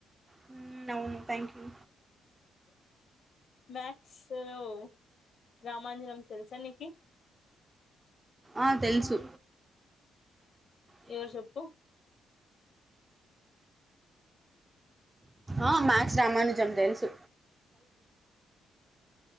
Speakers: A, on the right; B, on the left.
A: హ్ం అవును థ్యాంక్ యూ
B: మాక్స్ సెవ్ రామాంజనం తెల్సా నీకి
A: ఆ తెల్సు ఏ
B: ఎవరు చెప్పు
A: ఆ మ్యాక్స్ రామానుజం థెల్సు